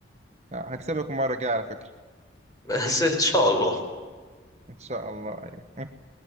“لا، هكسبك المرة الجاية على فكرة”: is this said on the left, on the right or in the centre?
Right